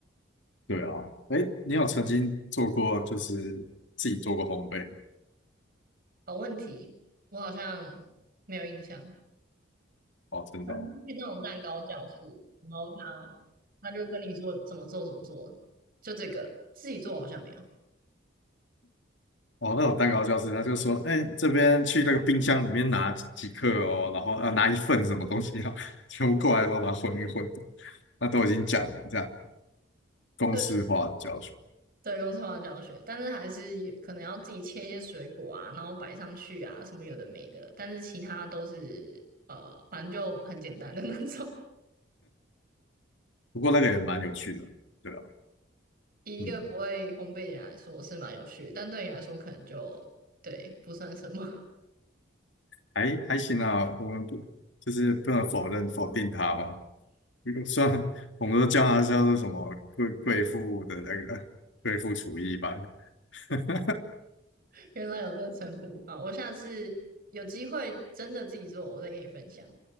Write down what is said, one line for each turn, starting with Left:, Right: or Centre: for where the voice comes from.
Left: 对啊，哎，你有曾经做过就是自己做过烘焙吗
Right: 好问题，我好像没有印象。
Left: 哦，真的哦
Right: 嗯，去那种蛋糕教室，然后他他就跟你说怎么做怎么做，就这个自己做好像没有。
Left: 哦，那种蛋糕教室，他就说，哎、这边去那个冰箱里面拿几克哦，然后啊拿一份什么东西啊，<laughs> 全部过来都把它混一混，那都已经讲了这样公式化的教学。
Right: 对对，公司化教学，但是还是有可能要自己切一些水果啊，然后摆上去啊，什么有的没的，但是其他都是呃，反正就很简单的那种。
Left: 不过那个也蛮有趣的，对啊，
Right: 以一个不会烘焙的人来说是蛮有趣的但对你来说可能就对不算什么。
Left: 嗯，还还行啊，我们不就是不能否认否定他嘛，因为虽然我们都叫他叫做什么贵贵妇的那个贵妇厨艺班，<laughs>
Right: <laughs> 原来有这个称呼，好，我下次有机会真的自己做，我再跟你分享。